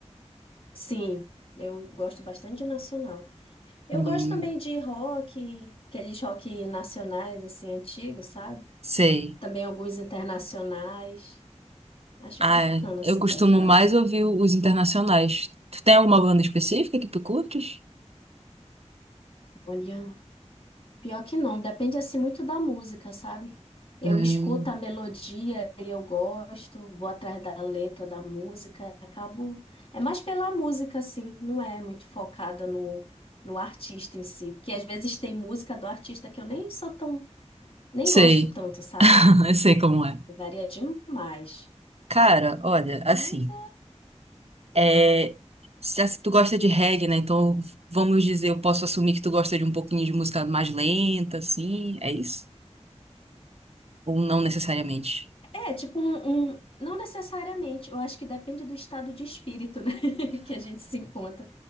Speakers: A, on the left; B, on the right.
A: sim. Eu gosto bastante de nacional. Eu
B: Hum,
A: gosto também de rock, aqueles rock nacionais, assim, antigos, sabe?
B: sei.
A: Também alguns internacionais. Acho
B: Ah,
A: bacana, assim,
B: eu costumo
A: pra ficar.
B: mais ouvir os internacionais. Tu tem alguma banda específica que tu curtes?
A: Olha, pior que não, depende, assim, muito da música, sabe? Eu
B: Hum,
A: escuto a melodia e eu gosto, vou atrás da letra da música, acabo. É mais pela música, assim, não é muito focada no, no artista em si. Porque às vezes tem música do artista que eu nem sou tão. nem
B: sei.
A: gosto tanto,
B: <laughs>
A: sabe?
B: Eu sei como é.
A: Varia demais.
B: Cara, olha, assim.
A: Mas
B: É, se se tu gosta de reggae, né? Então, vamos dizer, eu posso assumir que tu gosta de um pouquinho de música mais lenta, assim, é isso? Ou não necessariamente?
A: é, é tipo um, um- não necessariamente, eu acho que depende do estado de espírito, né, <laughs> que a gente se encontra.